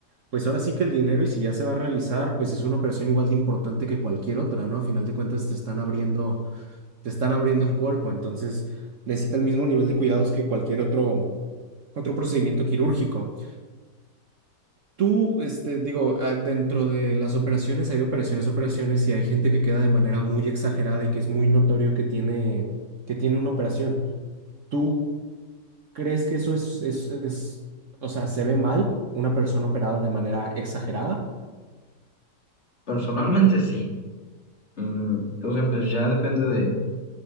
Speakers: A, on the right; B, on the left.
A: Pues ahora sí que el dinero y si ya se va a realizar, pues es una operación igual de importante que cualquier otra, ¿no? A final de cuentas te están abriendo, te están abriendo el cuerpo, entonces necesita el mismo nivel de cuidados que cualquier otro, otro procedimiento quirúrgico. Tú, este, digo, ah, dentro de las operaciones hay de operaciones, a operaciones y hay gente que queda de manera muy exagerada y que es muy notorio que tiene, que tiene una operación. ¿Tú crees que eso es, es, es, o sea, se ve mal una persona operada de manera exagerada?
B: Personalmente sí. Mm, o sea, pues ya depende